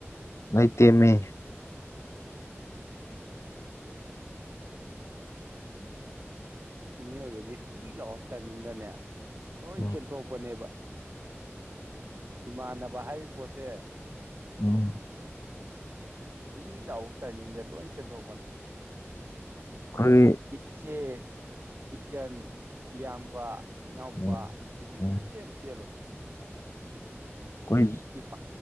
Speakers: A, on the left; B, on the right.
A: ꯂꯩꯇꯦꯃꯤ
B: ꯃꯤꯑꯣꯏꯕꯒꯤ ꯆꯤ ꯂꯥꯎꯔ ꯇꯥꯏꯃꯤꯡꯗꯅꯦ ꯂꯣꯏ
A: ꯎꯝ
B: ꯆꯦꯟꯊꯣꯛ ꯄꯅꯦꯕ ꯏꯃꯥꯟꯅꯕ ꯍꯥꯏꯔꯤꯕ ꯄꯣꯠꯁꯦ
A: ꯎꯝ
B: ꯆꯤ ꯂꯥꯎ ꯇꯥꯏꯃꯤꯡꯗ ꯂꯣꯏ ꯆꯦꯟꯊꯣꯛꯄꯅꯤ
A: ꯑꯩꯈꯣꯏꯒꯤ
B: ꯏꯆꯦ ꯏꯆꯟ ꯏꯌꯥꯝꯕ ꯏꯅꯥꯎꯄꯥ
A: ꯎꯝ
B: ꯁꯤꯗꯤ
A: ꯎꯝ
B: ꯁꯨꯡꯆꯦꯟ ꯆꯦꯜꯂꯣꯏ
A: ꯑꯩꯈꯣꯏ
B: ꯏꯄꯥ